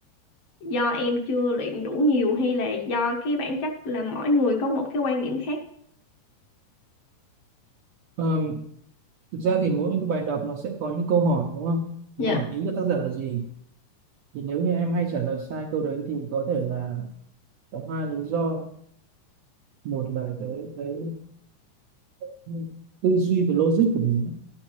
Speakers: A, on the left; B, on the right.
A: do em chưa luyện đủ nhiều hay là do cái bản chất là mỗi người có một cái quan điểm khác
B: Ờ, thực ra thì mỗi cái bài đọc nó sẽ có những câu hỏi đúng không? Nó
A: Dạ
B: hỏi ý của tác giả là gì? Thì nếu như em hay trả lời sai câu đấy thì có thể là có hai lý do. Một là cái cái ờ, tư duy và logic của mình ấy,